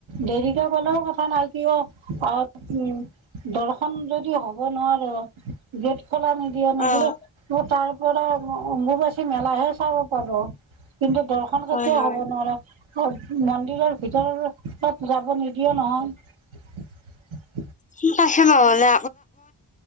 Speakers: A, on the right; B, on the left.
A: দেৰি এতিয়া কলেও কথা নাই কিয় অ উ দৰ্শন খ যদি হ'ব নোৱাৰো গেট খোলা নিদিয়ে নিদিয়ে
B: অ'।
A: ম তাৰ পৰা অম্বুবাচী মেলাহে চাব পাব কিন্তু দৰ্শন
B: হয়,
A: কেতিয়াও
B: হয়
A: হব নোৱাৰে মন্দিৰৰ ভিতৰত যাব নিদিয়ে নহয়
B: ঠিক আছে নহ'লে